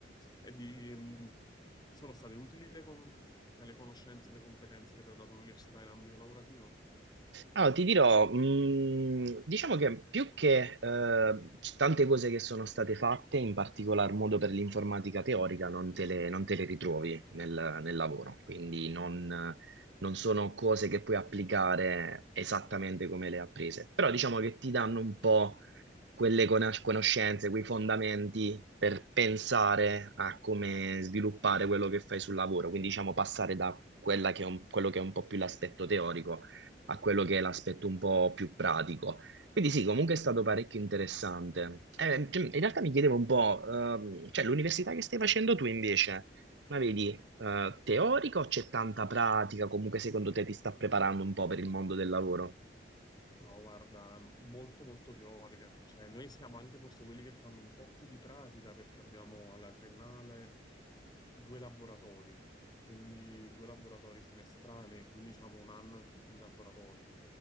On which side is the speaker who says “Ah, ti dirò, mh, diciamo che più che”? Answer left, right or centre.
Right